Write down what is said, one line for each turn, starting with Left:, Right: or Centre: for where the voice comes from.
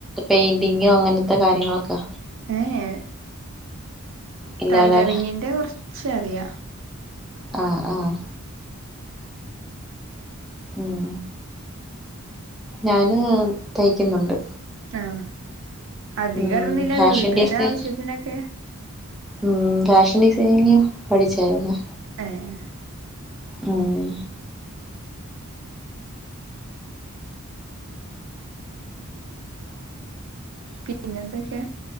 Centre: പെയിന്റിങ്ങും അങ്ങനത്തെ കാര്യങ്ങളൊക്കെ.
Right: ഏ ഏ
Centre: ഇല്ലാലെ
Right: ടൈലറിങ്ങിന്റെ കൊറച്ച അറിയാം.
Centre: ആഹ് ആഹ്. ഉം. ഞാന് തയ്ക്കുന്നുണ്ട്.
Right: ആഹ് അധികറന്നില്ല
Centre: ഉം ഫാഷൻ
Right: വീട്ട്ത്തെ
Centre: ഡിസൈൻ
Right: ആവശ്യത്തിനൊക്കെ
Centre: ഉം. ഫാഷൻ ഡിസൈനിങ് പഠിച്ചായിരുന്നോ?
Right: ഏ ഏ.
Centre: ഉം.
Right: പിന്നെന്തൊക്കേ?